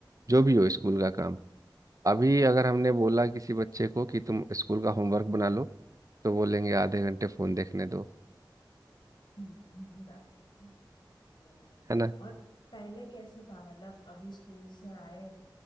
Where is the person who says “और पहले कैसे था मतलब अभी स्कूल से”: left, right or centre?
Left